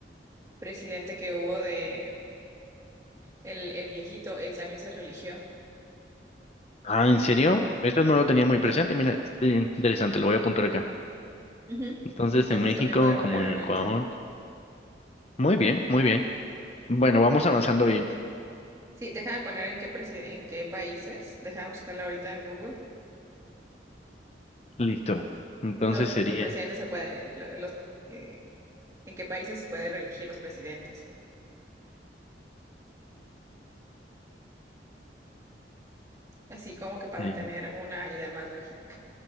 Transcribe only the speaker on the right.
presidente que hubo de el, el viejito, él también se religió.
Sí.
Ujú.
Entonces
también podremos
regalarle
el ensayo.
Sí.
Sí, déjame poner en qué presi- en qué países, déjame buscarla ahorita en Google,
los
porque presidentes se puede, lo- los eh, en qué países se puede reelegir los presidentes. Así como que para
tener una idea más lógica.